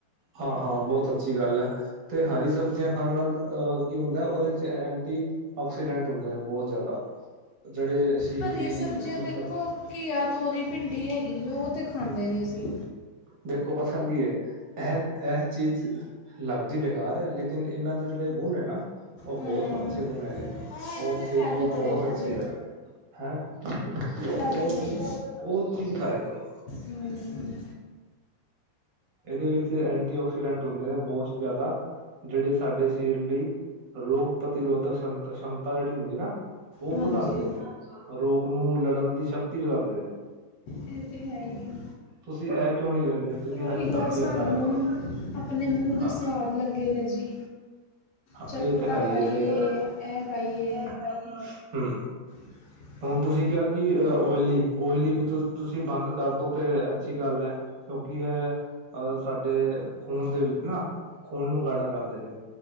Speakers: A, on the right (about 65°); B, on the left (about 70°).
A: ਹਾਂ-ਹਾਂ, ਬਹੁਤ ਅੱਛੀ ਗੱਲ ਹੈ। ਤੇ ਹਰੀ ਸਬਜ਼ੀਆਂ ਖਾਣ ਨਾਲ ਅਹ ਕੀ ਹੁੰਦਾ, ਉਹਦੇ ਚ ਐਂਟੀ। ਆਕਸੀਡੈਂਟ ਹੁੰਦੇ ਨੇ, ਬਹੁਤ ਜ਼ਿਆਦਾ ਜਿਹੜੇ ਸਰੀਰ
B: ਹਰੀਆਂ
A: ਦੀ
B: ਸਬਜ਼ੀਆਂ
A: ਮਤਲਬ।
B: ਦੇਖੋ ਘੀਆ, ਤੋਰੀ, ਭਿੰਡੀ, ਹੈਗੀ ਉਹ ਤਾਂ ਖਾਂਦੇ ਨਹੀਂ ਅਸੀਂ।
A: ਦੇਖੋ ਪਤਾ ਕੀ ਹੈ। ਇਹ ਇਹ ਚੀਜ਼ ਲੱਗਦੀ ਬੇਕਾਰ ਹੈ, ਲੇਕਿਨ ਇਹਨਾਂ ਦੇ ਜਿਹੜੇ ਗੁਣ ਹੈ ਨਾ। ਉਹ
B: ਹਾਂ
A: ਬਹੁਤ ਅੱਛੇ ਗੁਣ ਹੈਗੇ ਨੇ,
B: ਹਾਂ ਇਹਨਾਂ
A: ਉਹ
B: ਦੇ ਫਾਇਦੇ
A: ਸਿਹਤ ਲਈ
B: ਬੜੇ
A: ਬਹੁਤ
B: ਨੇ
A: ਅੱਛੇ
B: ਜੀ
A: ਆ। ਹੈਂ, ਤੁਸੀਂ ਉਹ
B: ਫਾਇਦੇ
A: ਉਹ
B: ਬੜੇ
A: ਚੀਜ਼
B: ਨੇ
A: ਉਹ ਚੀਜ਼ ਖਾਇਆ ਕਰੋ।
B: ਹਮ,
A: ਇਹਦੇ ਵਿੱਚ ਐਂਟੀ ਆਕਸੀਡੈਂਟ ਹੁੰਦੇ ਨੇ ਬਹੁਤ ਜ਼ਿਆਦਾ। ਜਿਹੜੇ ਸਾਡੇ ਸਰੀਰ ਲਈ, ਰੋਗ ਪ੍ਰਤੀਰੋਧਕ ਕਸ਼ਮਤਾ ਜਿਹੜੀ ਹੁੰਦੀ ਨਾ ਉਹ
B: ਹਾਂਜੀ
A: ਵਧਾਉਂਦੇ ਨੇ, ਰੋਗ ਨੂੰ ਲੜਨ ਦੀ ਸ਼ਕਤੀ ਵਧਾਉਂਦੇ ਨੇ।
B: ਇਹ ਤਾਂ ਹੈ ਹੀ ਹੈ
A: ਤੁਸੀਂ ਇਹ ਕਿਉਂ ਨਹੀਂ ਲੈਂਦੇ ਤੁਸੀਂ
B: ਪਰ ਉਹੀ
A: ਹਰੀ
B: ਗੱਲ
A: ਚੀਜਾਂ
B: ਸਾਨੂੰ
A: ਖਾਇਆ ਕਰੋ।
B: ਆਪਣੇ ਮੂੰਹ ਦੇ
A: ਹਾਂ
B: ਸਵਾਦ ਲੱਗੇ ਨੇ ਜੀ ਚਟਪਟਾ
A: ਇਹ ਤਾਂ ਹੈ
B: ਖਾਈਏ
A: ਸਹੀ ਗੱਲ
B: ਇਹ ਖਾਈਏ
A: ਏ। ਹੂੰ
B: <unintelligible>
A: ਹੁਣ ਤੁਸੀਂ ਕਿਹਾ ਕਿ ਓਇਲੀ ਓਇਲੀ ਵੀ ਤੁਸੀਂ ਬੰਦ ਕਰਦੋ ਤੇ ਅੱਛੀ ਗੱਲ ਏ। ਕਿਉਂਕਿ ਇਹ ਅ ਸਾਡੇ ਖੂਨ ਦੇ ਵਿੱਚ ਨਾ, ਖੂਨ ਨੂੰ ਗਾੜਾ ਕਰਦੇ ਨੇ।